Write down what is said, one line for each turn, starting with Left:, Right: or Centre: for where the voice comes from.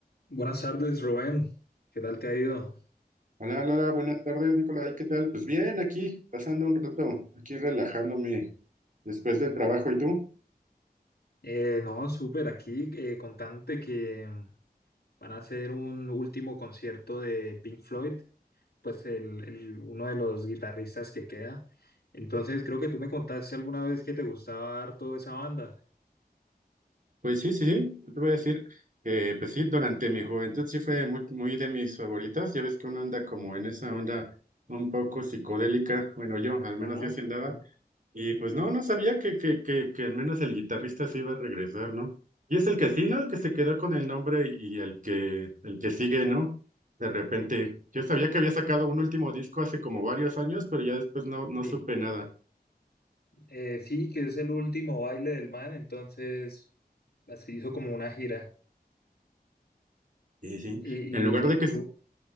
Left: Buenas tardes, Rubén. ¿Qué tal te ha ido?
Right: Hola, hola, buenas tardes, Nicolai, ¿qué tal? Pues bien, aquí, pasando un rato, aquí relajándome después del trabajo, ¿y tú?
Left: Eh, no, súper. Aquí eh, contante que van a hacer un último concierto de Pink Floyd, pues el, el- uno de los guitarristas que queda. Entonces, creo que tú me contaste alguna vez que te gustaba harto esa banda.
Right: Pues sí, sí, sí, yo te voy a decir que, pues sí, durante mi juventud sí fue muy, muy de mis favoritas, ya ves que uno anda como en esa onda un poco psicodélica, bueno, yo, al menos
Left: Ajá.
Right: yo sí andaba, Y pues no, no sabía que, que, que, que al menos el guitarrista se iba a regresar, ¿no? Y es el que sí, ¿no? El que se quedó con el nombre y el que, el que sigue, ¿no? De repente, yo sabía que había sacado un último disco hace como varios años, pero ya después no, no
Left: sí.
Right: supe nada.
Left: Eh, sí, que es el último baile del man. Entonces, así hizo como una gira.
Right: sí sí,
Left: Y,
Right: en lugar de que se
Left: y, y